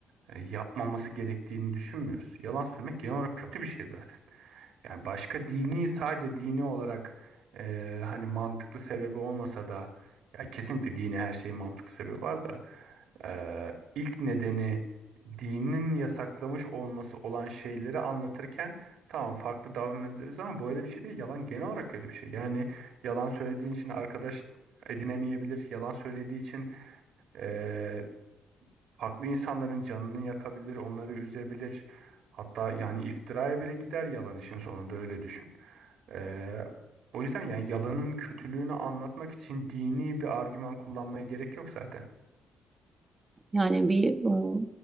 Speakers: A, on the right; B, on the right.
A: E, yapmaması gerektiğini düşünmüyoruz. Yalan söylemek genel olarak kötü bir şey zaten. Yani başka dini sadece dini olarak e, hani mantıklı sebebi olmasa da ya kesinlikle dini her şeyin mantıklı sebebi var da e, ilk nedeni dinin yasaklamış olması olan şeyleri anlatırken Tamam farklı davranabiliriz ama böyle bir şey değil. Yalan genel olarak kötü bir şey. Yani yalan söylediğin için arkadaş edinemeyebilir. Yalan söylediği için eee, farklı insanların canını yakabilir, onları üzebilir. Hatta yani iftiraya bile gider yalan işin sonunda öyle düşün. Eee, o yüzden yani yalanın kötülüğünü anlatmak için dini bir argüman kullanmaya gerek yok zaten.
B: Yani bir e,